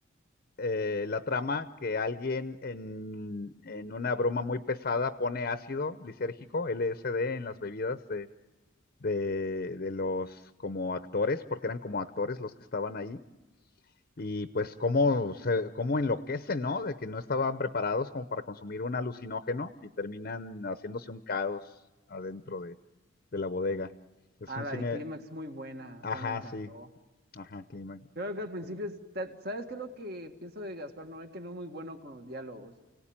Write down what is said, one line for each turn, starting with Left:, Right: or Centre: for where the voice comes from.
Left: eh, la trama que alguien en, en una broma muy pesada pone ácido lisérgico, LSD, en las bebidas de, de, de los como actores, porque eran como actores los que estaban ahí. Y pues cómo, se, cómo enloquece, ¿no? De que no estaban preparados como para consumir un alucinógeno y terminan haciéndose un caos adentro de, de la bodega. Es
Right: Ah,
Left: un
Right: la
Left: cine,
Right: de Clímax muy buena,
Left: ajá,
Right: esa me encantó.
Left: sí, ajá, clima,
Right: Creo que
Left: sí,
Right: al principio,
Left: también.
Right: es- ta- ¿sabes qué es lo que pienso de Gaspar Noé? Que no es muy bueno con los diálogos.